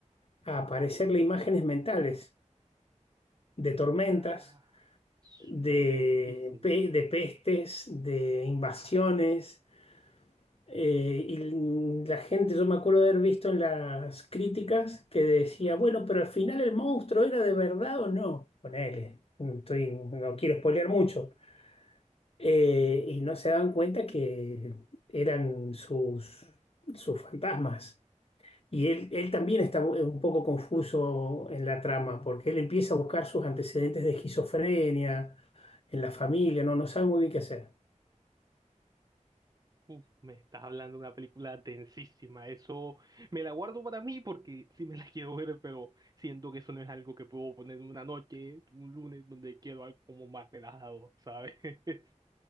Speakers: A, on the left; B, on the right.
A: a aparecerle imágenes mentales de tormentas,
B: suena, suena
A: de,
B: densísimo.
A: pe- de pestes, de invasiones. eh, y la gente, yo me acuerdo de haber visto en las críticas que decía, bueno, pero al final el monstruo era de verdad o no. Ponele, estoy, no quiero spoilear mucho eh, y no se daban cuenta que eran sus, sus fantasmas. Y él, él también está mu- un poco confuso en la trama, porque él empieza a buscar sus antecedentes de esquizofrenia en la familia, no, no sabe muy bien qué hacer.
B: Uf, me estás hablando de una película tensísima. Eso me la guardo para mí porque sí me la <laughs> quiero ver, pero siento que eso no es algo que puedo poner una noche, un lunes, donde quiero algo como más relajado, ¿sabes? <laughs>